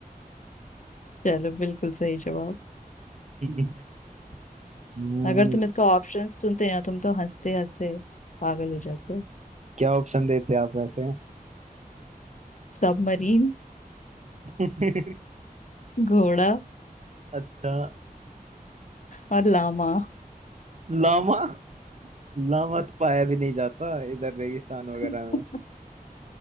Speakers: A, on the left; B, on the right.
A: चलो बिल्कुल सही जवाब
B: <laughs> हम्म,
A: अगर तुम इसका ऑप्शंस सुनते ना तुम तो हंसते हंसते पागल हो जाते
B: क्या ऑप्शन देते आप वैसे
A: सबमरीन
B: <laughs>
A: घोड़ा
B: अच्छा
A: और लामा
B: लामा लामा तो पाया भी नहीं जाता इधर रेगिस्तान
A: <laughs>
B: वगैरह